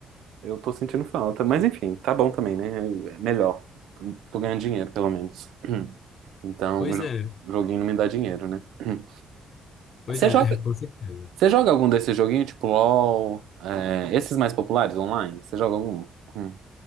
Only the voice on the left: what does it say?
Pois
é,
pois
é,
<laughs> com certeza.